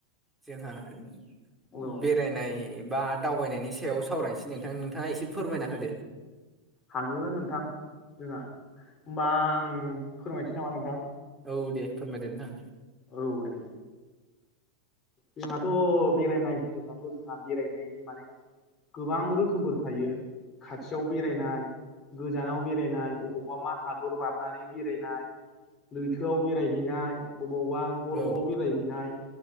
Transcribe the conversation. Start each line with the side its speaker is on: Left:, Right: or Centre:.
Centre: जोंहा बे
Left: औ
Centre: बेरायनाय बा दावबायनायनि सायाव सावरायनोसै नोंथां नोंथाङा एसे फोरमायना होदो
Left: हागोन नोंथां जोंहा हबा आं फोरमायनोसै नामा नोंथां
Centre: औ दे फोरमायदो नोंथां
Left: औ दे जोंहाथ' बेरायनाय होनोब्लाथ' जोंहा बेरायनायनि माने गोबां रोखोमफोर थायो खाथियाव बेरायनाय गोजानाव बेरायनाय अबावबा मा हादर बारनानै बेरायनाय लैथोआव बेरायहैनाय अबावबा
Centre: औ
Left: बरफआव बेरायहैनाय